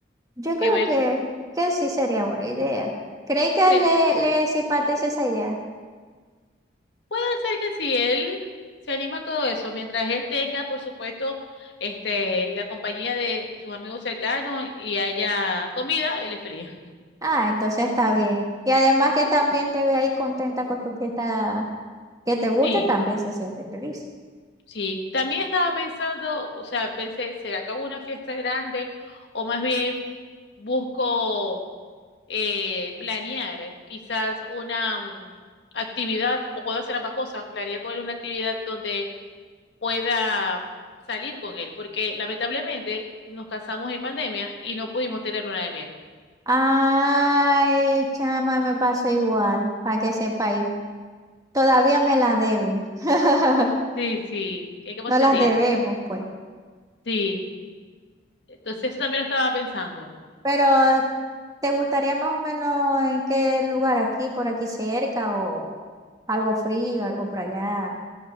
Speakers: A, on the right; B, on the left.
A: Yo creo
B: Que vayan
A: que,
B: con.
A: que sí sería buena idea. ¿Cree que
B: sí,
A: le, le simpatiza esa idea?
B: Puede ser que si él se anima a todo eso, mientras él tenga, por supuesto, este, la compañía de, de sus amigos cercanos y haya comida, él es feliz.
A: Ah, entonces está bien. Y además que también te ve ahí contenta con tu fiesta que te gusta,
B: Sí,
A: también se siente feliz.
B: sí. También estaba pensando, o sea, pensé, ¿será que hago una fiesta grande? O más bien busco eh, planear quizás una mm, actividad, o puedo hacer ambas cosas, planear con él una actividad donde pueda salir con él, porque lamentablemente nos casamos en pandemia y no pudimos tener luna de miel.
A: Ay, chama, me pasó igual, para que sepáis. Todavía me la deben. <laughs>
B: Sí, sí, hay que pasar
A: No las
B: el día.
A: debemos, pues.
B: Sí, entonces eso también lo estaba pensando.
A: Pero, ¿te gustaría más o menos en qué lugar aquí, por aquí cerca, o algo frío, algo por allá,